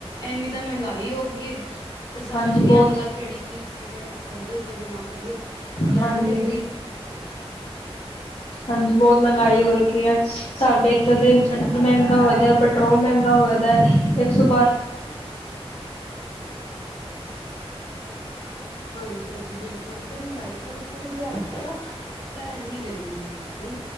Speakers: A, on the left; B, on the left.
A: ਐਨੀ ਤਾਂ ਮਹਿੰਗਾਈ ਹੋ ਗਈ ਏ। ਤੇ ਸਮਝ
B: ਹਾਂਜੀ
A: ਨੀ
B: ਬਹੁਤ
A: ਆਉਂਦਾ ਕਿਹੜੀ ਚੀਜ਼ ਕਿਵੇਂ ਕਰੀਏ ਕਿਵੇਂ ਨਾ ਕਰੀਏ ਪਲੈਨ
B: ਹਾਂਜੀ
A: ਕਰ
B: ਹਾਂਜੀ, ਬਹੁਤ ਮਹਿੰਗਾਈ ਹੋ ਰੱਖੀ ਹੈ। ਸਾਡੇ ਇੱਥੇ ਤੇ ਡੀਜਲ ਮਹਿੰਗਾ ਹੋਇਦਾ, ਪੈਟਰੋਲ ਮਹਿੰਗਾ ਹੋਇਦਾ ਦਾ ਇੱਕ ਸੌ ਬਾਰ
A: ਹੂੰ! ਹਾਂਜੀ-ਹਾਂਜੀ, ਬਿਲਕੁਲ, ਤੇ ਮਹਿੰਗਾਈ ਤਾਂ ਦੇਖੋ ਤੁਸੀਂ ਆਪ ਹੋ, ਇੱਕ ਤਾਂ ਇੰਨੀ ਗਰਮੀ ਹੈ। ਹੁਣ